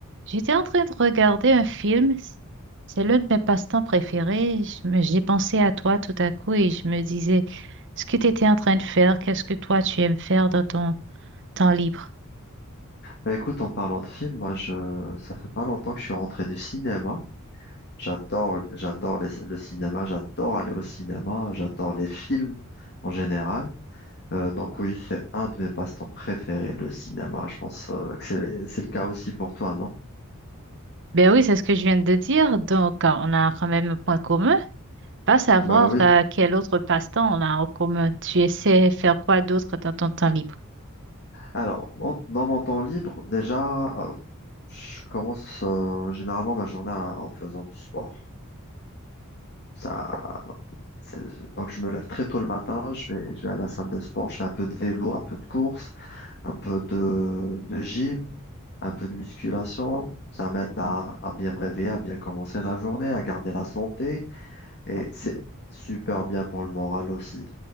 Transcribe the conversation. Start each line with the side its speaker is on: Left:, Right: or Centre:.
Right: J'étais en train de regarder un film. C'est l'un de mes passe-temps préférés. Je me- J'ai pensé à toi tout à coup et je me disais, ce que tu étais en train de faire, qu'est-ce que toi tu aimes faire dans ton temps libre?
Left: Bah écoute, en parlant de films, moi je ça fait pas longtemps que je suis rentré du cinéma. J'adore, j'adore les- le cinéma, j'adore aller au cinéma, j'adore les films en général. Euh, donc oui, c'est un de mes passe-temps préférés, le cinéma. Je pense euh, que c'est c'est le cas aussi pour toi, non?
Right: Ben oui, c'est ce que je viens de dire. Donc, euh, on a quand même un point commun. Pas savoir
Left: Bah oui.
Right: euh, quel autre passe-temps on a en commun. Tu essaies faire quoi d'autre dans ton temps libre?
Left: Alors, mon- dans mon temps libre, déjà, euh, je commence euh, généralement ma journée en en faisant du sport. Ça, c'est- donc je me lève très tôt le matin, je vais, je vais à la salle de sport, je fais un peu de vélo, un peu de course. un peu de, de gym, un peu de musculation. Ça m'aide à, à bien me réveiller, à bien commencer la journée, à garder la santé. Et c'est super bien pour le moral aussi.